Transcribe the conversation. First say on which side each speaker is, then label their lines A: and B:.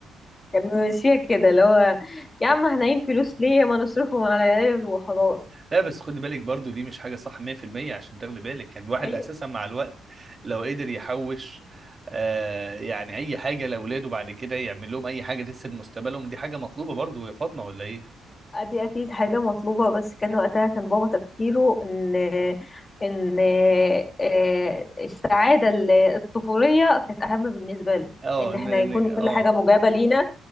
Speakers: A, on the left; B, on the right.
A: كان ماشية كده اللي هو يا عم احنا عين فلوس ليه ما نصرفهم على العيال وخلاص
B: لا بس خدي بالك برضو دي مش حاجة صح 100% عشان تاخدي بالك كان الواحد
A: أي
B: أساسا مع الوقت لو قدر يحوش آه يعني أي حاجة لأولاده بعد كده يعمل لهم أي حاجة تسد مستقبلهم دي حاجة مطلوبة برضو يا فاطمة ولا إيه؟
A: دي أكيد حاجة مطلوبة بس كان وقتها كان بابا تفكيره إن إن آه، السعادة ال- الطفولية كانت أهم بالنسبة له
B: أه
A: إن
B: إن
A: إحنا
B: إن
A: يكون
B: أه
A: كل حاجة مجابة لينا